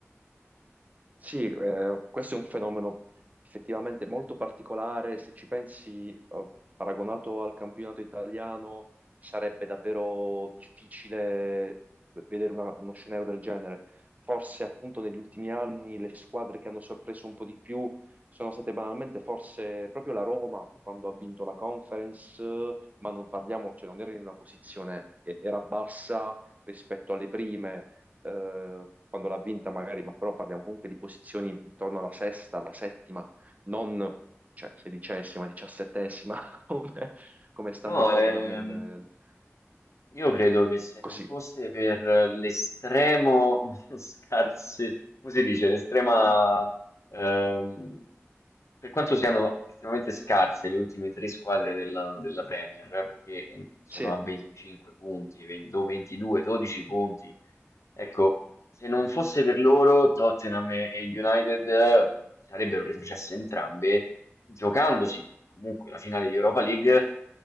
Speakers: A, on the right (about 30°); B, on the left (about 80°).
A: Sì, eh, questo è un fenomeno effettivamente molto particolare. Se ci pensi, eh, paragonato al campionato italiano, sarebbe davvero difficile vedere una- uno scenario del genere. Forse appunto negli ultimi anni le squadre che hanno sorpreso un po' di più sono state banalmente forse proprio la Roma quando ha vinto la Conference, eh, ma non parliamo, cioè non era in una posizione, eh, era bassa rispetto alle prime eh, quando l'ha vinta magari, ma però parliamo comunque di posizioni intorno alla sesta, alla settima, non cioè, sedicesima, diciassettesima, <laughs> come, come stanno
B: No,
A: il Tottenham
B: ehm,
A: e il- il-
B: io credo che se non
A: così.
B: fosse per l'estremo <laughs> scarse, come si dice, l'estrema, ehm, per quanto siano estremamente scarse le ultime tre squadre della, della Premier, eh, perché eh, sono
A: Sì,
B: a 25 punti, 20 o 22, 12 punti, ecco, se non fosse per loro, Tottenham e e United eh, sarebbero retrocesse entrambe giocandosi comunque la finale di Europa League,